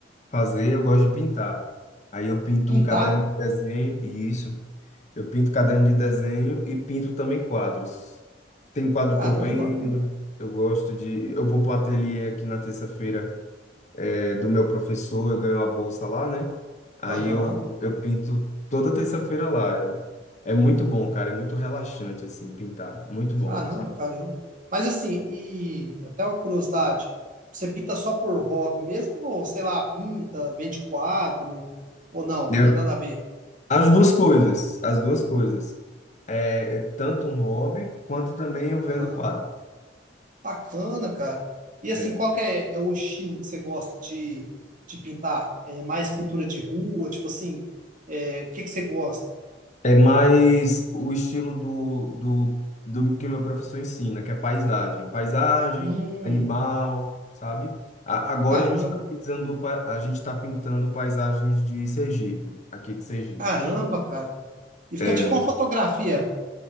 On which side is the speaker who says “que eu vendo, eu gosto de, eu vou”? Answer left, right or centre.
Left